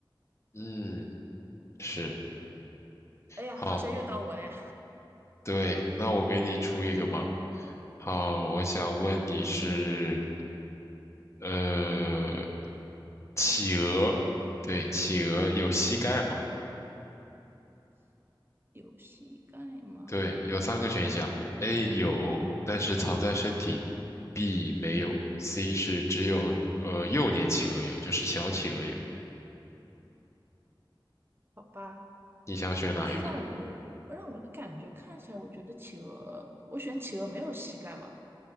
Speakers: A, on the left (about 35°); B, on the right (about 25°).
A: 嗯，是，
B: 哎呀，
A: 好，
B: 好像又到我了呀，
A: 对，那我给你出一个吧。好，我想问你是，呃，企鹅，对，企鹅有膝盖吗？
B: 有膝盖吗？
A: 对，有三个选项：A
B: 嗯，
A: 有，但是藏在身体里；B 没有；C 是只有呃幼年企鹅有，就是小企鹅有。
B: 好吧。
A: 你想选哪一个？
B: 但是让我让我的感觉看起来，我觉得企鹅，我选企鹅没有膝盖吧？